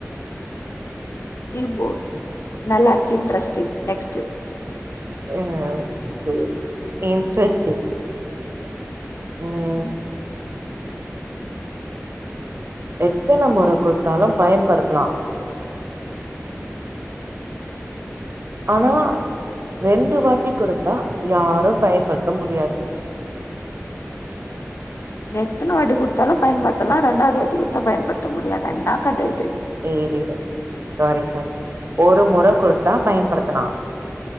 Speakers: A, on the left (about 65°); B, on the right (about 50°).
A: கீபோட் நல்லாருக்கு இன்ட்ரெஸ்டிங் நெக்ஸ்ட்டு
B: ஆ செரி இன்ட்ரஸ்டிங் ம்
A: ம்
B: எத்தன மொற குடுத்தாலு பயன்படுத்தலா ஆனா ரெண்டு வாட்டி குடுத்தா யாரு பயன்படுத்த முடியாது
A: எத்தனவாட்டி குடுத்தாலு பயன்படுத்தலா ரெண்டாவ்து வாட்டி குடுத்தா பயன்படுத்த முடியாதா என்னா கத இது
B: எ இரு இரு சாரி சாரி ஒரு முற குடுத்தா பயன்படுத்தலா